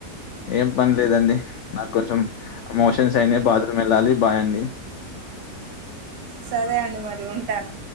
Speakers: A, on the left; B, on the right.
A: ఏం పని లేదండి నాకు కొంచెం ఎమోషన్స్ అయినాయి బాత్రూమ్ వెళ్ళాలి బాయ్ అండి
B: సరే అండి మరి ఉంటాను